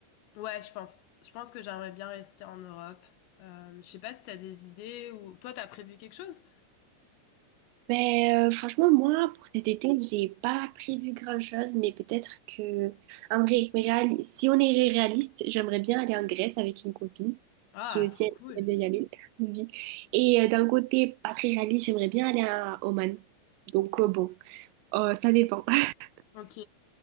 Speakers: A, on the left; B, on the right.
A: Ouais, je pense. Je pense que j'aimerais bien rester en Europe. Euh, je sais pas si t'as des idées ou... Toi, t'as prévu quelque chose?
B: Ben, euh, franchement, moi, pour cet été, j'ai pas prévu grand-chose, mais peut-être que, en vrai, réal- si on est réaliste, j'aimerais bien aller en Grèce avec une copine
A: Ah,
B: qui aussi
A: trop
B: aimerait
A: cool.
B: bien y aller. <laughs> oui. Et euh, d'un côté pas très réaliste, j'aimerais bien aller à Oman. Donc, euh, bon, euh, ça dépend. <laughs>
A: Ok.